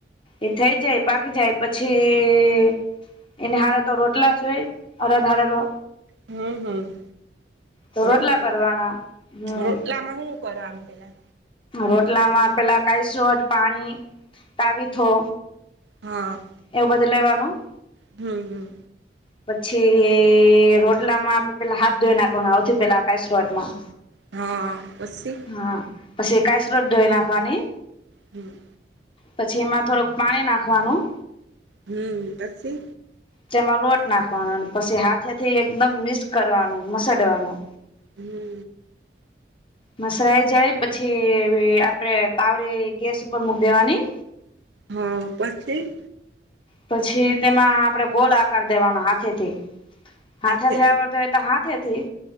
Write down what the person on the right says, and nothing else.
હમ્મ હમ્મ
રોટલા,
રોટલામાં હું કરો આમ પેલા
હા.
હમ્મ હમ્મ.
હા, પસી?
હમ્મ.
હમ્મ પછી?
હમ્મ.
હા, પછી?
હાથે